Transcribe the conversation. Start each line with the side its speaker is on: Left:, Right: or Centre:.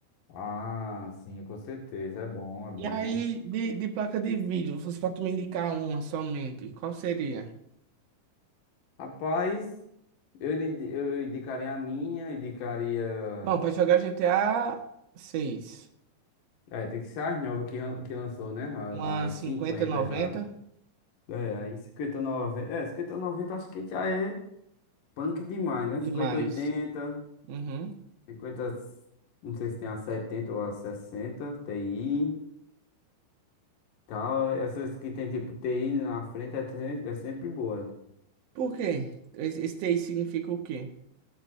Left: Ah, sim, com certeza. É bom, é bom.
Right: E aí, de, de placa de vídeo, se fosse pra tu me indicar uma somente, qual seria?
Left: Rapaz, eu, indi- eu indicaria a minha, indicaria.
Right: Bom, pra jogar GTA 6,
Left: É, tem que ser as novas que, ran- que lançou, né? A-
Right: uma
Left: As
Right: 5090
Left: 50 já. É, aí cinquenta noventa É, cinquenta noventa acho que já é punk demais, né?
Right: demais.
Left: cinquenta oitenta
Right: Uhum.
Left: cinquenta Não sei se tem a 70 ou a 60, TI. Tal, essas que tem tipo TI na frente é, tre- é sempre boa.
Right: Por quê? Esse esse TI significa o quê?